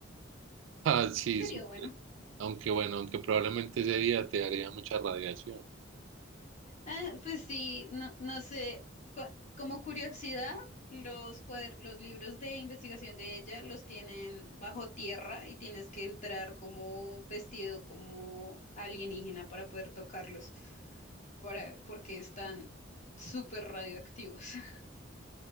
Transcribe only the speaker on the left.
Sería bueno.
Ah, pues sí, no, no sé, co- como curiosidad, los cuader- los libros de investigación de ella los tienen bajo tierra y tienes que entrar como vestido como alienígena para poder tocarlos, para, porque están súper radioactivos. <laughs>